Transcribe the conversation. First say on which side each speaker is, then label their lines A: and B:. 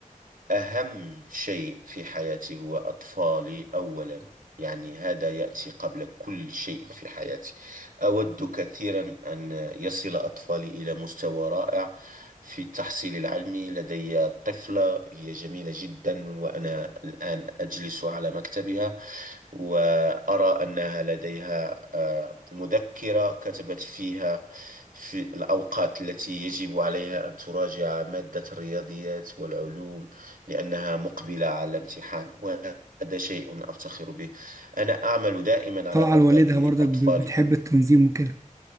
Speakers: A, on the right (about 75°); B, on the right (about 20°).
A: أهم شيء في حياتي هو أطفالي أولا يعني هذا يأتي قبل كل شيء في حياتي أود كثيرا أن يصل أطفالي إلى مستوى رائع في التحصيل العلمي لدي طفلة هي جميلة جدا وأنا الآن أجلس على مكتبها وأرى أنها لديها آه، مذكرة كتبت فيها في الأوقات التي يجب عليها أن تراجع مادة الرياضيات والعلوم لأنها مقبلة على الامتحان وهذا شيء أفتخر به أنا أعمل دائما
B: طالعة
A: على
B: لوالدها
A: إرضاء
B: برضك
A: أطفالي
B: ب- بتحب التنظيم وكده